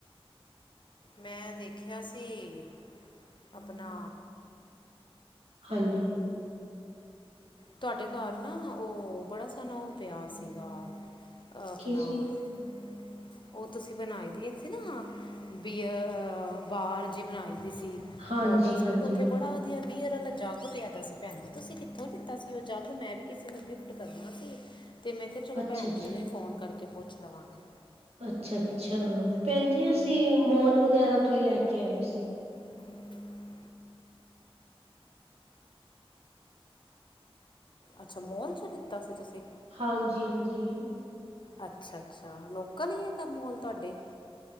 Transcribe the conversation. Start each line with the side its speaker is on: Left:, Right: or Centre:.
Left: ਮੈਂ ਦੇਖੇਆ ਸੀ, ਆਪਨਾ
Right: ਹਾਂਜੀ!
Left: ਤੁਹਾਡੇ ਘਰ ਨਾ ਉਹ ਬੜਾ ਸੋਹਣਾ ਉਹ ਪਿਆ ਸੀਗਾ ਆਪਣਾ।
Right: ਕੀ ਸੀ
Left: ਹੂੰ ਉਹ ਤੁਸੀਂ ਬਣਾਈ ਦੀ ਸੀ ਨਾ, ਬੀਅਰ ਬਾਹਰ ਜਿਹੀ ਬਣਾਈ ਦੀ ਸੀ।
Right: ਹਾਂਜੀ-ਹਾਂਜੀ
Left: ਬੋਟਲ ਉੱਥੇ ਬੜਾ ਵਧੀਆ ਬੀਅਰ ਵਾਲਾ ਜੱਗ ਪਿਆਦਾ ਸੀ। ਭੈਣ ਜ ਤੁਸੀਂ ਕਿੱਥੋਂ ਲਿੱਤਾ ਸੀ? ਵੀ ਉਹ ਜਗ, ਮੈਂ ਵੀ ਕਿਸੀ ਨੂੰ ਗਿਫਟ ਕਰਨਾ ਸੀ। ਤੇ ਮੈਂ ਕਿਹਾ ਚਲੋ
Right: ਅੱਛਾ-ਅੱਛਾ,
Left: ਭੈਣ ਜੀ ਨੂੰ ਹੀ ਫੋਨ ਕਰਕੇ ਪੁੱਛ ਲਵਾਂਗੀ
Right: ਅੱਛਾ-ਅੱਛਾ! ਭੈਣ ਜੀ ਅਸੀ ਮੋਲ ਵਗੈਰਾ ਤੋਂ ਹੀ ਲੈ ਕੇ ਆਏ ਸੀ।
Left: <unintelligible> ਅੱਛਾ ਮੋਲ ', ਚੋਂ ਲਿੱਤਾ ਸੀ ਤੁਸੀਂ।
Right: ਹਾਂਜੀ-ਹਾਂਜੀ!
Left: ਅੱਛਾ-ਅੱਛਾ ਲੋਕਲ ਈ ਐ ਕੰਮ ਮੌਲ ਤੁਆਡੇ।